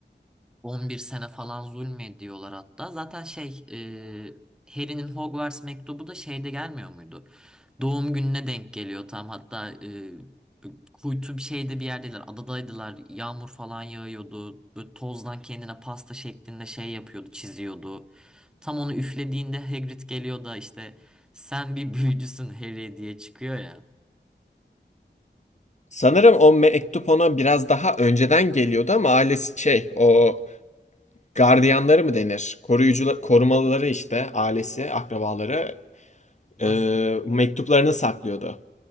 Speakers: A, in the centre; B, on the left (about 40°).
A: 11 sene falan zulmediyorlar hatta. Zaten şey e, Harry'nin Hogwarts mektubu da şeyde gelmiyor muydu? Doğum gününe denk geliyor tam hatta e, kuytu bir şeyde bir yerdeler adadaydılar yağmur falan yağıyordu böyle tozdan kendine pasta şeklinde şey yapıyordu çiziyordu. Tam onu üflediğinde Hagrid geliyor da işte sen bir büyücüsün Harry diye çıkıyor ya.
B: Sanırım o mektup ona biraz daha önceden geliyordu ama ailesi şey o gardiyanları mı denir? Koruyucular, korumalıları işte ailesi, akrabaları
A: Vasiyet.
B: e, mektuplarını saklıyordu.